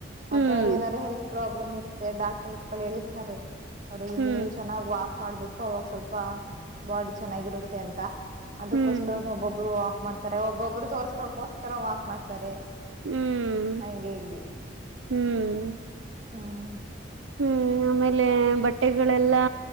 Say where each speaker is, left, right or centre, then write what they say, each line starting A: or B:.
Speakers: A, on the right; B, on the right.
A: ಮತ್ತ
B: ಹ್ಮ್
A: ಅವ್ರ ಏನಾದಾರ ಹೆಲ್ತ್ ಪ್ರಾಬ್ ಪ್ರಬ್ಮ್ ಇರುತ್ತೆ ಡಾಕ್ಟರ್ಸ್ ಗಳು ಹೇಳಿರ್ತಾರೆ ಅವ್ರಿಗೆ
B: ಹ್ಮ್
A: ಈಿಗ ನೀವು ಚೆನ್ನ್ ವಾ ಮಾಡ್ಬೇಕು ಅವಾಗ ಸ್ವಲ್ಪ ಬಾಡಿ ಚೆನ್ನಾಗಿರುತ್ತೆ ತೆಂತ ಅದಕ್ಕೋಸ್ಕರದ
B: ಹ್ಮ್
A: ಒಬ್ಬೊಬ್ರು ಮಾಡ್ತಾರೆ ಒಬ್ಬೊಬ್ರು ತೋರ್ಸ್ಕೊಕೋಸ್ಕರ ವಾಕ್ ಮಾಡ್ತಾರೆ
B: ಹ್ಮ್
A: ಹಂಗೇ ಇಲ್ಲಿ
B: ಹ್ಮ್
A: ಹ್ಮ್
B: ಹ್ಮ್ ಆಮೇಲೆ ಬಟ್ಟೆಗಳೆಲ್ಲಾ